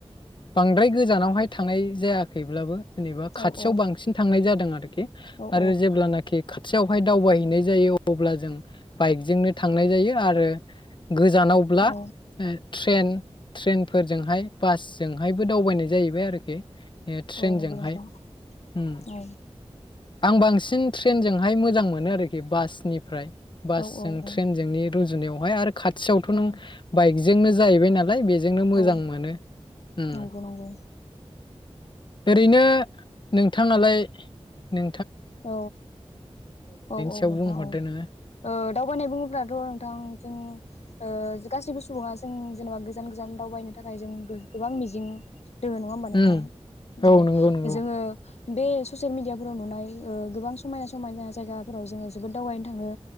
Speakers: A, on the left; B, on the left.
A: बांद्राय गोजानावहाय थांनाय जायाखैब्लाबो जेनेबा खाथियाव
B: औ औ
A: बांसिन थांनाय जादों <unintelligible>
B: औ
A: आरो जेब्लानाखि खाथियावहाय दावबायहैनाय जायो अब्ला जों बाइकजोंनो थांनाय जायो आरो गोजानावब्ला
B: औ
A: ओ ट्रेन-ट्रेनफो फोरजोंहाय बास जोंहायबो दावबायनाय जाहैबाय आरोखि ट्रेनजोंहाय
B: औ नंगौ नोंथां
A: ओम
B: औ
A: आं बांसिन ट्रेनजों हाय मोजां मोनो आरोखि बासनिफ्राय बासजों
B: औ औ औ
A: ट्रेनजोंनि रुजुनायाव आरो खाथियावथ' नों
B: औ
A: बाइक जोंनो जाहैबाय नालाय बे बेजोंनो मोजां
B: औ
A: मोनो उम
B: नंगौ नंगौ।
A: ओरैनो नोंथांआलाय नो
B: औ औ औ
A: सायाव
B: नोंथां
A: बुंहरदो
B: औ
A: नोङो
B: ओ दावबायनाय बुङोब्लाथ नोंथां जों ओ गासैबो सुबुङा जों जेनेबा गोजान गोजान दावबायनो थाखाय जों गोबां मिजिं दोङो नङा होमबा नोंथां
A: उम
B: औ
A: नंगौ नंगौ
B: जोङो बे ससियेल मिडियाफोराव नुनाय गोबां समायना समायना जायगाफोराव जोङो जोबोद दावबायनो थाङो।